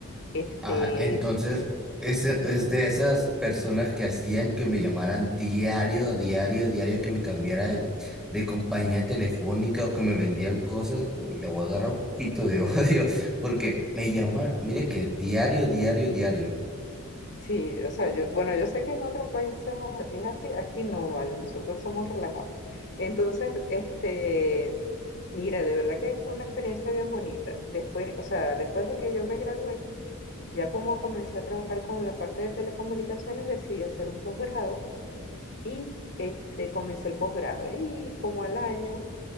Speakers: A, on the left; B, in the centre.
A: Este,
B: Ah, entonces,
A: sí,
B: ese, es de esas personas que hacían que me llamaran diario, diario, diario, que me cambiara de, de compañía telefónica o que me vendían cosas. Uy, Le voy a agarrar un poquito de <laughs> odio porque me llaman, mire que diario, diario, diario.
A: Sí, o sea, yo, bueno, yo sé que en otros países a- es así, aquí no, vale, nosotros somos relajados. Entonces, este, mira, de verdad que fue una experiencia bien bonita. Después, o sea, después de que yo me gradué, ya como comencé a trabajar con la parte de telecomunicaciones, decidí hacer un posgrado y este, comencé el posgrado. Y como al año